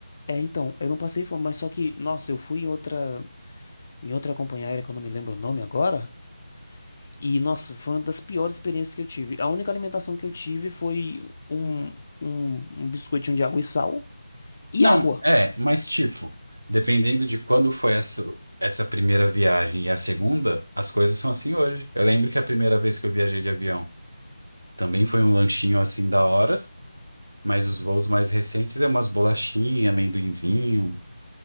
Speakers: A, on the left; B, on the right.
A: É, então, eu não passei fome, mas só que, nossa, eu fui em outra, em outra companhia aérea, que eu não me lembro o nome agora. E, nossa, foi uma das piores experiências que eu tive. A única alimentação que eu tive foi um, um, um biscoitinho de água e sal e
B: Não,
A: água.
B: é, mas tipo, dependendo de quando foi essa, essa primeira viagem e a segunda, as coisas são assim hoje. Eu lembro que a primeira vez que eu viajei de avião. Também foi um lanchinho assim da hora, mas os voos mais recentes é umas bolachinhas, amendoinzinho.